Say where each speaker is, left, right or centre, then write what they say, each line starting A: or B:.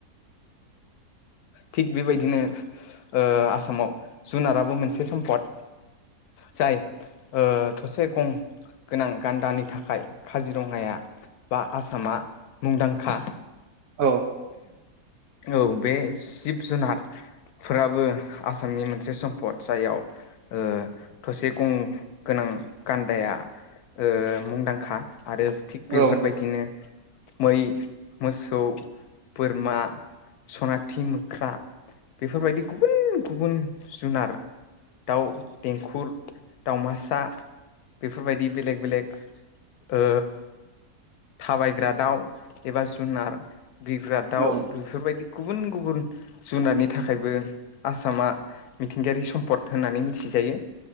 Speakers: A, on the left; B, on the right.
A: थिग बेबायदिनो ओ आसामाव जुनाराबो मोनसे सम्पद जाय ओ थसे गं गोनां गान्दानि थाखाय काजिरङाया बा आसामा मुंदांखा।
B: औ। औ
A: औ बे जिब जुनारफोराबो आसामनि मोनसे सम्पद जायाव ओ थसे गं गोनां गान्दाया ओ मुंदांखा। आरो थिग बेफोर
B: औ
A: बायदिनो। मै, मोसौ बोरमा सनाथि मोख्रा बेफोर बायदि गुबुन गुबुन जुनार दाउ देंखुर दावमासा बेफोरबायदि बेलेग बेले ओ थाबायग्रा दाउ एबा जुनार बिरग्रा
B: औ
A: दाउ बेफोर बायदि गुबुन गुबुन जुनारनि थाखायबो आसामा मिथिंगायारि सम्पद होननानै मिथि जायो।